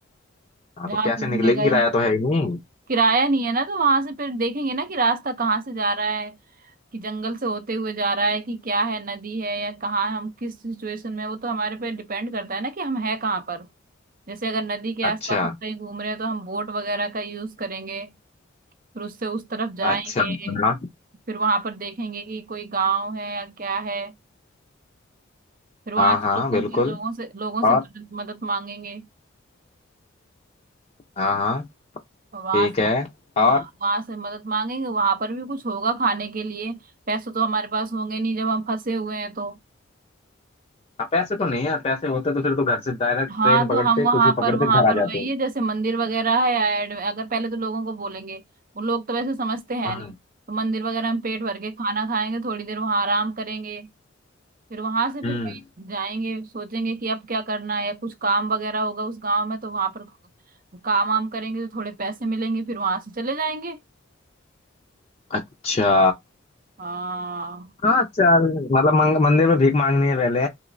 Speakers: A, on the left; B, on the right.
A: हाँ
B: जहाँ
A: तो कैसे
B: घूमने
A: निकलेगी
B: गए
A: किराया
B: हैं
A: तो है ही नहीं
B: किराया नहीं है ना तो वहां से फिर देखेंगे ना कि रास्ता कहाँ से जा रहा है कि जंगल से होते हुए जा रहा है कि क्या है नदी है या कहाँ हम किस सिचुएशन में हैं, वो तो हमारे पे डिपेंड करता है ना कि हम है कहाँ पर जैसे अगर नदी के
A: अच्छा
B: आसपास हम कहीं घूम रहे हैं तो हम बोट वगैरह का यूज करेंगे फिर उससे उस तरफ जाएंगे
A: अच्छा हाँ
B: फिर वहां पर देखेंगे कि कोई गांव है या क्या है फिर वहां
A: हाँ
B: से
A: हाँ
B: लोगों
A: बिल्कुल
B: के लोगों से लोगों से
A: और
B: मदद मदद मांगेंगे
A: हाँ हाँ
B: वहां
A: ठीक
B: से
A: है और
B: खा वहां से मदद मांगेंगे वहां पर भी कुछ होगा खाने के लिए पैसे तो हमारे पास होंगे नहीं जब हम फंसे हुए हैं तो
A: हाँ, पैसे तो नहीं है पैसे होते तो फिर तो घर से डायरेक्ट
B: हाँ
A: ट्रेन पकड़ते
B: तो हम वहां
A: कुछ भी
B: पर
A: पकड़ते
B: वहां
A: घर
B: पर
A: आ जाते
B: वही
A: हैं
B: है जैसे मंदिर वगैरह है ऐड अगर पहले तो लोगों को बोलेंगे वो लोग तो वैसे समझते हैं
A: हाँ
B: नहीं तो मंदिर वगैरह में पेट भर के खाना खाएंगे थोड़ी देर वहां आराम करेंगे फिर वहां से फिर
A: हम्म
B: कहीं जाएंगे सोचेंगे कि अब क्या करना है या कुछ काम वगैरह होगा उस गांव में तो वहां पर काम वाम करेंगे तो थोड़े पैसे मिलेंगे फिर वहां से चले जाएंगे
A: अच्छा
B: हाँ
A: हाँ चल मतलब मंग- मंदिर में भीख मांगनी है पहले